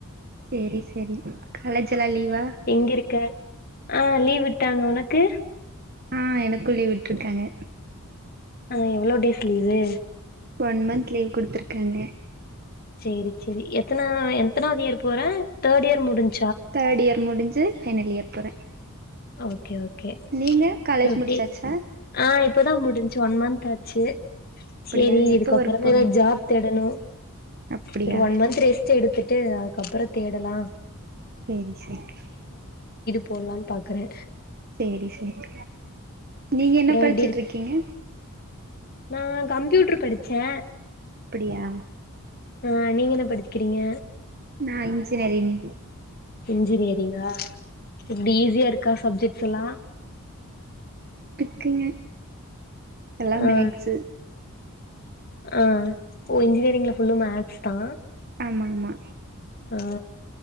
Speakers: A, on the right (about 45°); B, on the left (about 45°).
A: சேரி சேரி கலேஜ்லா லீவா
B: எங்க இருக்க ஆ லீவ் விட்டாங்க உனக்கு
A: ஆ எனக்கு லீவ் விட்ருக்காங்க
B: ஆ எவ்ளோ days leave
A: one month leave குடுத்துருக்காங்க
B: சேரி சேரி எத்தன எத்தனாது இயர் போற தேடியர் முடிஞ்
A: தேட் இயர் முடிஞ்சு ஃபைனல் இயர் போறே
B: ஓகே ஓ கே
A: நீங்க காலேஜ்
B: இப்ப எப்டி
A: முடிச்சாச்சா
B: ஆ இப்பதா முடிச் ஒன் மந்த் தாச்சு
A: அப்டியா
B: சேரி இதுக்கப்றந்தா
A: எப்ப ஒர்க் போவீங்க
B: எதாது ஜாப் தேடணு
A: அப்டியா
B: ஒரு ஒன் மந்த் ரெஸ்ட் எடுத்து ட்டு அதுக்கப்றம் தேடலா
A: சேரி சேரி
B: போட்லான் பாக்குறே
A: சேரி சேரி நீங்க
B: அப்புற
A: என்ன படிச்சிட்ருக்கிங்க
B: எப்டி இருக்கு நா கம்ப்யூட்ரு படிச்சே
A: அப்புடியா
B: ஆ நீங்க என்ன படிக்றிங்க
A: நா இன்ஜினரிங்
B: இன்ஜினியர் அப்டியா எப்டி ஈஸியாருக்கா சப்ஜெக்ட்ஸ் எல்லா
A: க்குங்க எல்லா
B: ஆ
A: மேக்ஸு
B: ஆ ஓ இன்ஜினியரிங்ல ஃபுல்லூ மேக்ஸ் தா
A: ஆமா ஆமா
B: ஆ